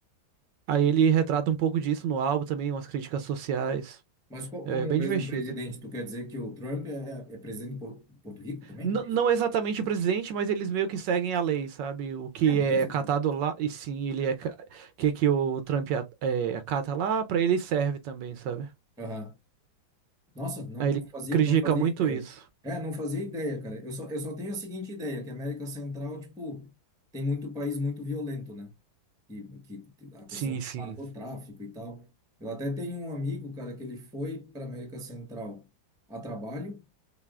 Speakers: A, on the right; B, in the centre.
A: Aí ele retrata um pouco disso no álbum também, umas críticas sociais.
B: Mas co-
A: É
B: como
A: bem
B: o mesmo
A: divertido.
B: presidente, tu quer dizer que o Trump é, é presidente de Por- Porto Rico também?
A: N-
B: É
A: não
B: isso?
A: exatamente o presidente, mas eles meio que seguem a lei, sabe? O que
B: É mesmo,
A: é catado
B: cara.
A: lá, e sim, ele é ca- que que o Trump a- é, acata lá, pra ele serve também, sabe?
B: Aham. Nossa, não,
A: Aí
B: não
A: ele
B: fazia,
A: critica
B: não fazia
A: muito
B: ideia.
A: isso.
B: É, não fazia ideia, cara. Eu só, eu só tenho a seguinte ideia, que a América Central, tipo, tem muito país muito violento, né? Que, que a questão
A: Sim,
B: do
A: sim.
B: narcotráfico e tal. Eu até tenho um amigo, cara, que ele foi para América Central a trabalho.